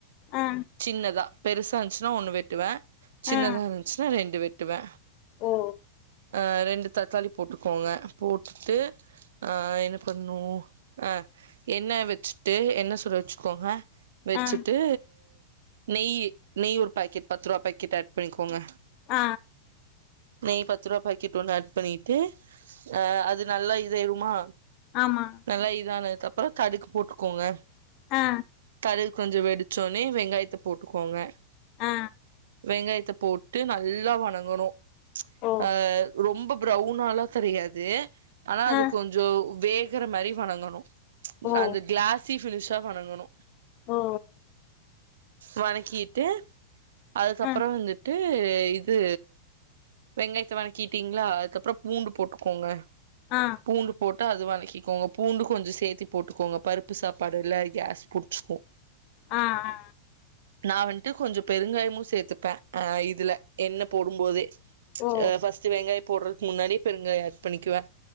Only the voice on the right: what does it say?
சின்னதா பெருசா இருந்துச்சுன்னா ஒன்னு வெட்டுவே சின்னதா
இருந்துச்சுன்னா ரெண்டு வெட்டுவே
ஆ ரெண் ரெண்டு தக்காளி போட்டுக்கோங்க போட்டுட்டு ஆ என்ன பண்ணு அ எண்ணெ வெச்சுட்டு எண்ணெ சுட வெச்சுக்கோங்க வெச்சுட்டு
நெய்யி நெய் ஒரு பாக்கெட் பத்ரூவா பாக்கெட் ஆட் பண்ணிக்கோங்க
நெய் பத்ரூவா பாக்கெட் ஒண்ணு அட் பண்ணிட்டு அ அது நல்லா இதாய்ருமா
நல்லா இதானது க்கப்புறொ கடுகு போட்டுக்கோங்க
அது கொஞ்சொ வெடிச்சோன்னே வெங்காயத்த போட்டுக்கோங்க
வெங்காயத்த போட்டு நல்லா வணங்கணு
அ ரொம்பப் ப்ரௌவுன் னாலோ தெரியாது ஆனா அது
கொஞ்சொ வேகுற மாரி வனங்கணு
அந்த கிளாசி ஃபினிஷ் ட்டா வனங்கணு
வனக்கி ட்டு அதுக்கப்புறொ
வந்துட்டு அ இது வெங்காயத்த வனக்கீட்டீங்ளா அதுக்கப்றம் பூண்டு போட்டுக்கோங்க
பூண்டு போட் டு‌ அது வனக்கிக்கோங்க பூண்டு கொஞ்சொ சேத்தி போட்டுக்கோங்க பருப்பு சாப்பாடுல்ல கேஸ் புடுச்சுக்கு
நா வன் ட்டு கொஞ்ச பெருங்காயமு சேத்துப்பே அ இதுல எண்ண போடும்போதே
அ ஃபஸ்ட்டு வெங்காய போட்றதுக்கு முன்னாடியே பெருங்காய ஆட் பண்ணிக்கிவே